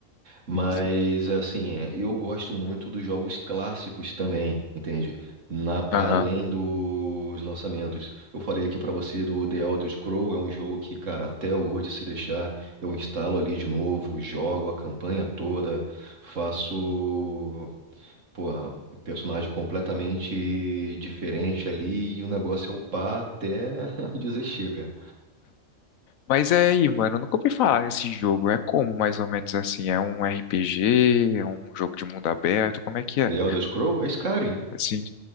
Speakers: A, on the right; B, on the left.
A: Mas
B: Sim, sim.
A: assim, é, eu gosto muito dos jogos clássicos também, entende? Na para
B: Aham.
A: além dos lançamentos. Eu falei aqui pra você do The Elder Scrolls, é um jogo que, cara, até hoje se deixar, eu instalo ali de novo, jogo a campanha toda, faço, pô, um personagem completamente diferente ali e o negócio é upar até <laughs> dizer chega.
B: Mas é aí, mano, eu nunca ouvi falar desse jogo. É como, mais ou menos assim? É um RPG, é um jogo de mundo aberto, como é que é?
A: The Elder Scrolls é Skyrim.
B: Assim,